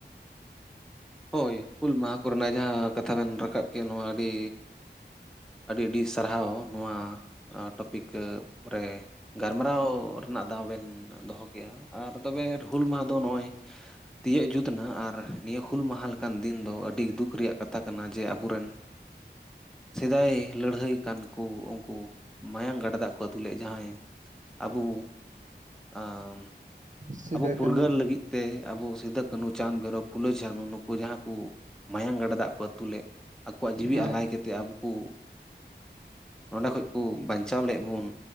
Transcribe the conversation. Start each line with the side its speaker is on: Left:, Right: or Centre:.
Centre: ᱦᱳᱭ ᱦᱩᱞ ᱢᱟᱦᱟ ᱠᱚᱨᱮᱱᱟᱜ ᱡᱟᱦᱟᱸ ᱠᱟᱛᱷᱟ ᱵᱮᱱ ᱨᱟᱠᱟᱵ ᱠᱮᱜ-ᱟ ᱱᱚᱣᱟ ᱟᱹᱰᱤ ᱟᱹᱰᱤ ᱟᱹᱰᱤ ᱥᱟᱨᱦᱟᱣ ᱱᱚᱣᱟ ᱴᱚᱯᱤᱠ ᱨᱮ ᱜᱟᱞᱢᱟᱨᱟᱣ ᱨᱮᱱᱟᱜ ᱫᱟᱣ ᱵᱮᱱ ᱫᱚᱦᱚ ᱠᱮᱜᱼᱟ ᱟᱨ ᱛᱚᱵᱮ ᱦᱩᱞ ᱢᱟᱦᱟ ᱫᱚ ᱱᱚᱜᱼᱚᱭ ᱛᱤᱭᱟᱹᱜ ᱡᱩᱛ ᱱᱟ ᱟᱨ ᱱᱤᱭᱟᱹ ᱦᱩᱞ ᱢᱟᱦᱟ ᱞᱮᱠᱟᱱ ᱫᱤᱱ ᱫᱚ ᱟᱹᱰᱤ ᱫᱩᱠ ᱨᱮᱭᱟᱜ ᱠᱟᱛᱷᱟ ᱠᱟᱱᱟ ᱡᱮ ᱟᱵᱚᱨ ᱨᱮᱱ ᱥᱮᱫᱟᱭ ᱞᱟᱹᱲᱦᱟᱹᱭ ᱠᱟᱱ ᱠᱩ ᱩᱱᱠᱩ ᱢᱟᱭᱟᱝ ᱜᱟᱰᱟ ᱫᱟᱜ ᱠᱩ ᱟᱹᱛᱩ ᱞᱮᱫᱼᱟ ᱡᱟᱦᱟᱸᱭ ᱟᱵᱩ ᱟᱸᱻ
Right: ᱥᱤᱫᱟᱹ
Centre: ᱟᱵᱩ ᱯᱷᱩᱨᱜᱟᱹᱞ
Right: ᱠᱟᱹᱱᱦᱩ
Centre: ᱞᱟᱹᱜᱤᱫ᱾ ᱛᱮ ᱟᱵᱚ ᱥᱤᱫᱟᱹᱠᱟᱹᱱᱩ ᱪᱟᱸᱫᱽ ᱵᱷᱳᱭᱨᱳᱯ ᱯᱷᱩᱞᱟᱹᱪᱟᱱᱩ ᱱᱩᱠᱩ ᱡᱟᱦᱟᱸ ᱠᱚ ᱢᱟᱭᱟᱝ ᱜᱟᱰᱟ ᱫᱟᱜ ᱠᱚ ᱟᱛᱩ ᱞᱮᱫ, ᱟᱠᱚᱣᱟᱜ ᱡᱤᱣᱤ
Right: ᱦᱮᱸ
Centre: ᱟᱞᱟᱭ ᱠᱟᱛᱮᱫ ᱟᱵᱚ ᱠᱩ ᱚᱸᱰᱮ ᱠᱷᱚᱡ ᱠᱚ ᱵᱟᱧᱪᱟᱣ ᱞᱮᱫ ᱵᱚᱱ